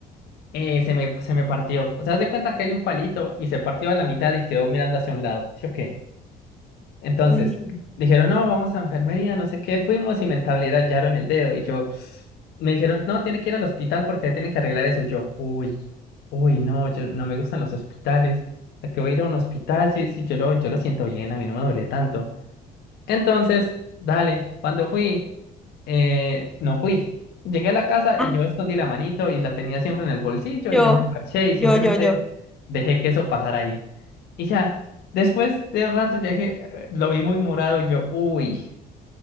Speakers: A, on the left; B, in the centre.
A: eh, se me, se me partió. O sea, haz de cuenta que hay un palito y se partió a la mitad y quedó mirando hacia un lado, ¿sí o qué? Entonces,
B: ay.
A: dijeron, no, vamos a enfermería, no sé qué, fuimos y me entablillaron el dedo. Y yo, me dijeron, no, tiene que ir al hospital porque ahí tienen que arreglar eso. Y yo, uy, uy, no, yo no me gustan los hospitales. ¿A qué voy a ir a un hospital? Sí, sí, yo lo, yo lo siento bien, a mí no me duele tanto. Entonces, dale, cuando fui, eh, no fui. Llegué a la casa
B: Ah,
A: y yo escondí la manito y la tenía siempre en el bolsillo
B: yo,
A: y yo me parché y
B: yo,
A: simplemente
B: yo, yo.
A: dejé que eso pasara ahí. Y ya, después de un rato ya dije, eh, lo vi muy morado y yo, uy,